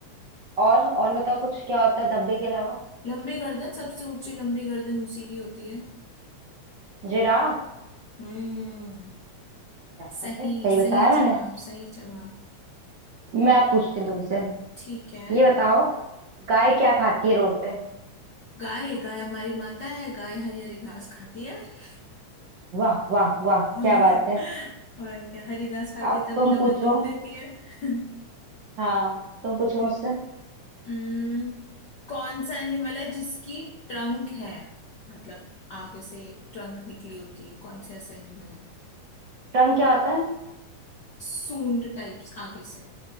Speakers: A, on the right; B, on the left.
A: और और बताओ कुछ क्या होता है धब्बे के अलावा
B: लंबी गर्दन सबसे ऊंची लंबी गर्दन उसी की होती है
A: जिराफ
B: हम्म
A: क्या बात
B: सही
A: है सही
B: सही
A: बताया
B: जवाब
A: मैंने
B: सही जवाब
A: मैं पूछती हूँ तुमसे
B: ठीक है
A: ये बताओ गाय क्या खाती है रोड पे
B: गाय गाय हमारी माता है गाय हरी हरी घास खाती है <laughs>
A: वाह वाह वाह
B: और
A: क्या बात है
B: और क्या हरी घास खाती
A: अब
B: है तभी
A: तुम
B: तो हमें
A: पूछो
B: दूध देती है <laughs>
A: हाँ तुम पूछो मुझसे
B: हम्म कौन सा एनिमल है जिसकी ट्रंक है मतलब आगे से ट्रंक निकली होती है कौन सा ऐसा एनिमल है
A: रंग क्या होता है
B: सूंड टाइप्स आगे से